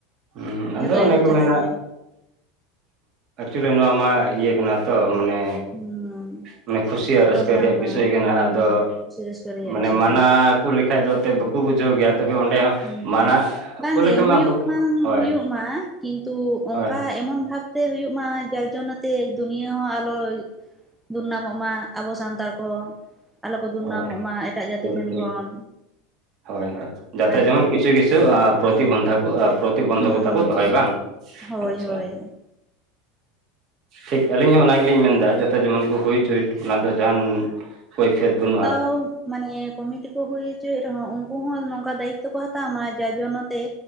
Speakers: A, on the right; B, in the centre.
A: ᱦᱩᱸ ᱟᱫᱚ
B: ᱡᱷᱚᱛᱚ
A: ᱚᱱᱮ
B: ᱜᱮᱠᱚ
A: ᱠᱚ
B: ᱪᱟᱞᱟᱜ
A: ᱢᱮᱱᱟ
B: ᱜᱮᱭᱟ
A: ᱮᱠᱪᱩᱭᱮᱞᱤ ᱱᱚᱣᱟ ᱢᱟ ᱤᱭᱟᱹ ᱠᱟᱱᱟ ᱛᱚ ᱢᱟᱱᱮ
B: ᱦᱩᱸ
A: ᱢᱟᱱᱮ ᱠᱷᱩᱥᱤ ᱟᱨ
B: ᱯᱨᱳᱜᱨᱟᱢ
A: ᱨᱟᱹᱥᱠᱟᱹ ᱨᱮᱭᱟᱜ ᱵᱤᱥᱚᱭ ᱠᱟᱱᱟ
B: ᱦᱩᱸ
A: ᱟᱫᱚ
B: ᱠᱩᱥᱤ ᱨᱟᱹᱥᱠᱟᱹ ᱨᱮᱭᱟᱜ
A: ᱢᱟᱱᱮ
B: ᱵᱤᱥᱚᱭ
A: ᱢᱟᱱᱟ
B: ᱠᱟᱱᱟ ᱦᱩᱸ
A: ᱠᱩ ᱞᱮᱠᱷᱟᱡ ᱫᱚ ᱚᱛᱮ ᱵᱟᱠᱚ ᱵᱩᱡᱷᱟᱹᱣ ᱜᱮᱭᱟ ᱛᱚᱵᱮ ᱚᱸᱰᱮ ᱦᱚᱸ᱾
B: ᱦᱩᱸ
A: ᱢᱟᱱᱟ
B: ᱦᱩᱸ ᱵᱟᱝᱜᱮ
A: ᱠᱚ ᱞᱮᱠᱷᱟᱱ
B: ᱦᱳᱭᱳᱜ
A: ᱢᱟ ᱵᱟᱠᱚ
B: ᱠᱷᱟᱱ
A: ᱦᱳᱭ
B: ᱦᱳᱭᱳᱜ ᱢᱟ ᱠᱤᱱᱛᱩ
A: ᱦᱳᱭ
B: ᱚᱝᱠᱟ᱾ ᱮᱢᱚᱱ ᱵᱷᱟᱵᱛᱮ ᱦᱩᱭᱩᱜᱭ ᱢᱟ ᱡᱟᱨ ᱡᱚᱱᱱᱮ ᱛᱮ ᱫᱩᱱᱭᱟᱹ ᱦᱚᱸ ᱟᱞᱚ ᱫᱩᱨᱱᱟᱢᱚᱜ ᱢᱟ ᱟᱵᱚ ᱥᱟᱱᱛᱟᱲ ᱠᱚ ᱟᱞᱚ ᱠᱚ ᱫᱩᱨᱱᱟᱢᱚᱜ
A: ᱦᱳᱭ
B: ᱢᱟ ᱮᱴᱟᱜ ᱡᱟᱹᱛᱤ
A: ᱴᱷᱤᱠ
B: ᱴᱷᱮᱱ
A: ᱴᱷᱤᱠ
B: ᱠᱷᱚᱱ᱾
A: ᱦᱳᱭ ᱦᱳᱭ ᱡᱟᱛᱮ
B: ᱟᱨᱠᱤ
A: ᱡᱮᱢᱚᱱ ᱠᱤᱪᱷᱩ ᱠᱤᱪᱷᱩ ᱯᱨᱚᱛᱤᱵᱚᱱᱫᱷᱟ ᱠᱚ ᱯᱨᱚᱛᱤᱵᱚᱱᱫᱷᱚᱠᱚᱛᱟ
B: ᱦᱩᱸ
A: ᱠᱚ ᱫᱚᱦᱚᱭ ᱵᱟᱝ
B: ᱦᱳᱭ
A: ᱟᱪᱪᱷᱟ᱾
B: ᱦᱳᱭ
A: ᱴᱷᱤᱠ ᱟᱹᱞᱤᱧ ᱦᱚᱸ ᱚᱱᱟ ᱜᱮᱞᱤᱧ ᱢᱮᱱᱫᱟ ᱡᱟᱛᱮ ᱡᱮᱢᱚᱱ ᱠᱚ ᱦᱩᱭᱪᱚᱭᱮᱴ ᱚᱱᱟ ᱫᱚ ᱡᱟᱦᱟᱱ ᱠᱚᱭᱯᱷᱮᱛ ᱵᱟᱹᱱᱩᱜ ᱾
B: ᱛᱟᱣ ᱾ ᱢᱟᱱᱮ ᱠᱚᱢᱤᱴᱤ ᱠᱚ ᱦᱩᱭ ᱦᱚᱪᱚᱭᱮᱫ ᱨᱮᱦᱚᱸ ᱩᱱᱠᱩ ᱦᱚᱸ ᱱᱚᱝᱠᱟ ᱫᱟᱭᱤᱛ ᱛᱚ ᱠᱚ ᱦᱟᱛᱟᱣ ᱢᱟ ᱡᱟᱨ ᱡᱚᱱᱱᱚ ᱛᱮ